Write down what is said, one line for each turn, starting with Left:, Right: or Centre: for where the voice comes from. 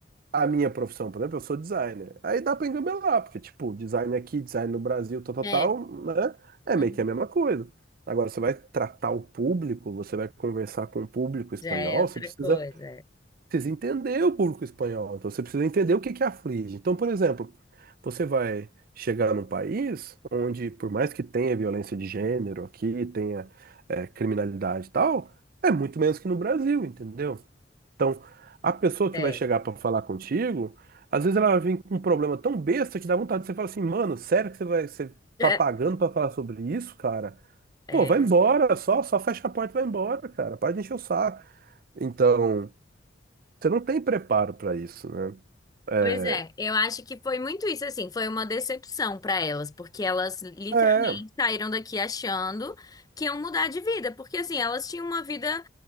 Right: a minha profissão, por exemplo, eu sou designer. Aí dá pra engabelar, porque, tipo, design aqui, design no Brasil, tal, tal,
Left: É,
Right: tal, né? É
Left: hum,
Right: meio que a mesma coisa. Agora, você vai tratar o público, você vai conversar com o público espanhol,
Left: já é outra
Right: você precisa
Left: coisa.
Right: precisa entender o público espanhol, então você precisa entender o que que aflige. Então, por exemplo, você vai chegar num país onde, por mais que tenha violência de gênero aqui, tenha eh, criminalidade e tal, é muito menos que no Brasil, entendeu? Então, a pessoa
Left: É.
Right: que vai chegar para falar contigo, às vezes ela vem com um problema tão besta que dá vontade de você falar assim, mano, sério que você vai, você
Left: É.
Right: tá pagando para falar sobre isso, cara?
Left: É.
Right: Pô, vai embora, só, só fecha a porta e vai embora, cara. Para de encher o saco. Então, você não tem preparo para isso, né? É.
Left: Pois é, eu acho que foi muito isso assim, foi uma decepção para elas, porque elas literalmente
Right: É.
Left: saíram daqui achando que iam mudar de vida, porque assim, elas tinham uma vida